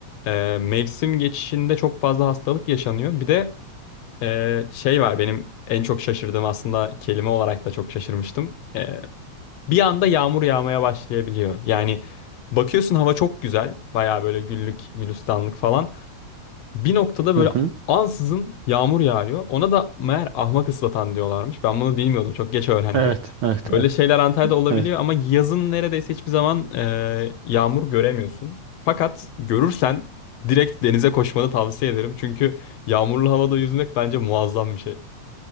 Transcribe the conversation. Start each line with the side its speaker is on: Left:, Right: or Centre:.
Left: e, mevsim geçişinde çok fazla hastalık yaşanıyor. Bir de e, şey var benim en çok şaşırdığım aslında kelime olarak da çok şaşırmıştım. E, bir anda yağmur yağmaya başlayabiliyor. Yani bakıyorsun hava çok güzel. Baya böyle güllük, gülistanlık falan. Bir noktada böyle
Right: Hı hı.
Left: ansızın yağmur yağıyor. Ona da meğer ahmak ıslatan diyorlarmış. Ben bunu bilmiyordum. Çok geç öğrendim.
Right: Evet, evet,
Left: Böyle
Right: evet,
Left: şeyler Antalya'da olabiliyor
Right: evet.
Left: ama yazın neredeyse hiçbir zaman e, yağmur göremiyorsun. Fakat görürsen direkt denize koşmanı tavsiye ederim. Çünkü yağmurlu havada yüzmek bence muazzam bir şey.